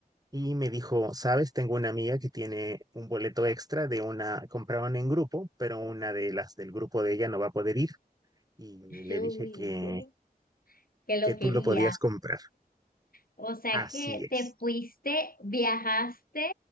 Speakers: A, on the right; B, on the left.
A: y me dijo, sabes, tengo una amiga que tiene un boleto extra de una, compraban en grupo, pero una de las del grupo de ella no va a poder ir y
B: <laughs>
A: le dije
B: Uy,
A: que,
B: yo que lo
A: que tú
B: querías.
A: lo podías comprar.
B: O sea
A: Así
B: que
A: es.
B: te fuiste, viajaste